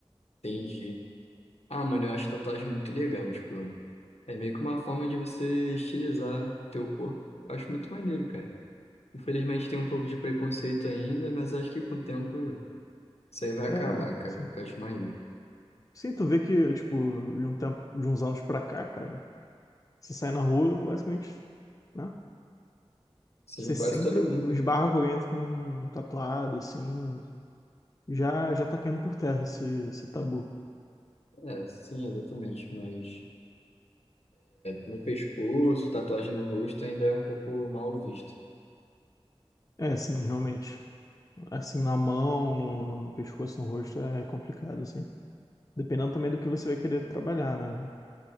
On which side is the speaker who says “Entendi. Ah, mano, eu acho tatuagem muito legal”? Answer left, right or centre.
Left